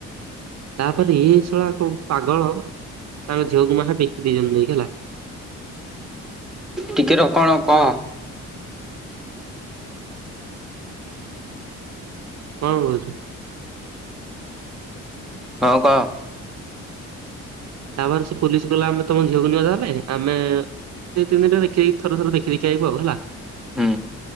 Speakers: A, on the right; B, in the centre.
A: ତାପରେ ଏ ସଳା ପାଗଳ ତାଙ୍କ ଝିଅକୁ ମା ବିକି ଦେଇ ଚନ୍ତି ଯାଇକି ହେଲା ।
B: ଟିକେ ର କଣ କହ?
A: କଣ କହୁଚୁ?
B: ହଁ କହ।
A: ତାପରେ ସେ ପୋଲିସ କହିଲା ଆମେ ତମ ଝିଅକୁ ନବୁ ତାହେଲେ। ଆମେ ଦିଇ ତିନି ଦିନରେ ଦେଖିି ଥରେ ଥର ଦେଖିଦଖି ଆାଇବୁ ଆଉ ହେଲା।
B: ହୁଁ